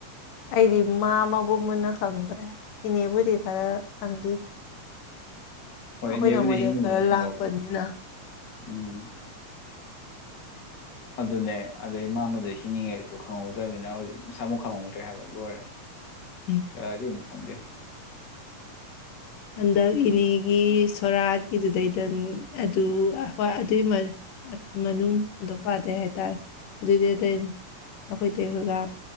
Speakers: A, on the left; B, on the left.
A: ꯑꯩꯗꯤ ꯃꯥ ꯑꯃꯕꯨ ꯃꯨꯟꯅ ꯈꯪꯗ꯭ꯔꯦ ꯏꯅꯦꯕꯨꯗꯤꯦ ꯈꯔ ꯐꯪꯒꯤꯦ
B: ꯍꯣꯏ
A: ꯑꯩꯈꯣꯏꯅ
B: ꯏꯅꯦꯕꯨꯗꯤ
A: ꯃꯣꯏꯗ
B: ꯍꯤꯡꯉꯤꯕꯅ
A: ꯈꯔ
B: ꯈꯪꯍꯧꯕꯅꯤ
A: ꯂꯥꯛꯄꯅꯤꯅ
B: ꯎꯝ ꯑꯗꯨꯅꯦ ꯑꯗꯩ ꯃꯥꯃꯗꯨ ꯍꯤꯡꯉꯤꯉꯩꯗꯨꯁꯨ ꯈꯪꯍꯧꯗ꯭ꯔꯃꯤꯅꯤꯅ ꯍꯧꯖꯤꯛ ꯃꯁꯥꯃꯨꯛ ꯈꯪꯍꯧꯗ꯭ꯔꯦ ꯍꯥꯏꯕ ꯂꯣꯏꯔꯦ
A: ꯎꯝ
B: ꯀꯔꯤꯝ ꯈꯪꯗꯦ
A: ꯍꯟꯗꯛ ꯏꯅꯦꯒꯤ ꯁꯣꯔꯥꯠꯀꯤꯗꯨꯗꯩꯗ ꯑꯗꯨ ꯍ ꯑꯗꯨꯒꯤ ꯃꯅꯨꯡ ꯑꯗꯨ ꯄꯥꯗꯩ ꯍꯥꯏꯇꯥꯔꯦ ꯑꯗꯨꯏꯗꯨꯩꯗ ꯑꯩꯈꯣꯏꯇꯩꯩ ꯍꯣꯏꯒ